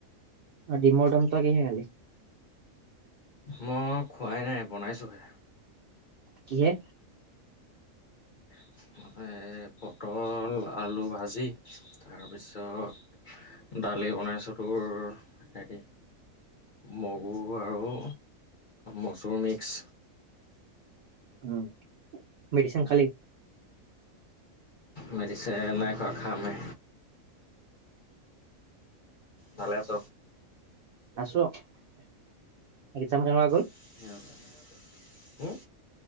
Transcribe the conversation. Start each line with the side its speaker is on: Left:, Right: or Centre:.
Right: অ ডিমৰ দমটো তই কিহে খালি?
Left: মই, খোৱাই নাই। বনাইছোহে।
Right: কিহে।
Left: <unintelligible> পটল আলু ভাজি, তাৰপিছত, দালি বনাইছো তোৰ হেৰি মগু আৰু মচুৰ মিক্স।
Right: উ মেডিচিন খালি?
Left: মেদিছেন নাই খোৱা। খামহে। ভালে আছ?
Right: আছোঁ। এক্সাম কেনেুৱোৱা গল?
Left: <unintelligible> হম্?